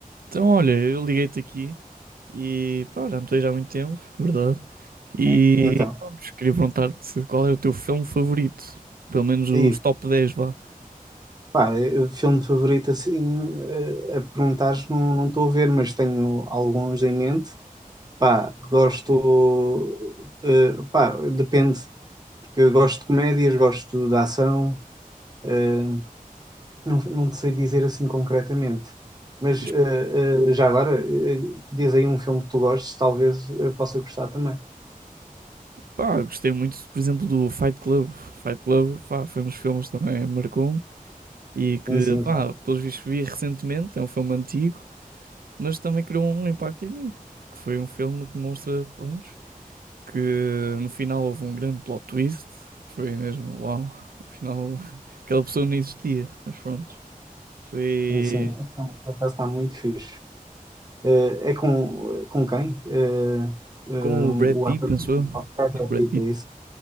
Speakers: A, on the right; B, on the right.
A: Então, olha, eu liguei-te aqui e pá, já não te vejo há muito tempo, verdade? E
B: É, Então,
A: pronto, queria perguntar-te qual era o teu filme favorito, pelo menos os
B: é isso.
A: top 10, vá.
B: Pá, é- é filme favorito assim, eh, a perguntares, não não estou a ver, mas tenho alguns em mente. Pá, gosto, eh, pá, depende, porque eu gosto de comédias, gosto de ação, eh, não, não te sei dizer assim concretamente. Mas
A: Mas,
B: eh, eh, já agora, eh, diz aí um filme que tu gostes, talvez eu possa gostar também.
A: pá, gostei muito, por exemplo, do Fight Club. Fight Club, pá, foi um dos filmes que também marcou-me e que,
B: Sim, sim,
A: pá,
B: vai.
A: pelos vistos vi recentemente, é um filme antigo, mas também criou um impacto em mim, porque foi um filme que demonstra, pronto. que no final houve um grande plot twist. Foi mesmo, uau, afinal <laughs> aquela pessoa não existia, mas pronto. Foi
B: Sim, sim, por acaso está muito fixe. Eh, é com, eh, com quem? Eh, eh,
A: com o Brad
B: o
A: Pitt,
B: ator
A: pensou
B: principal
A: eu?
B: é Brad
A: Sim, o Brad
B: Pitt,
A: Pitt.
B: é isso?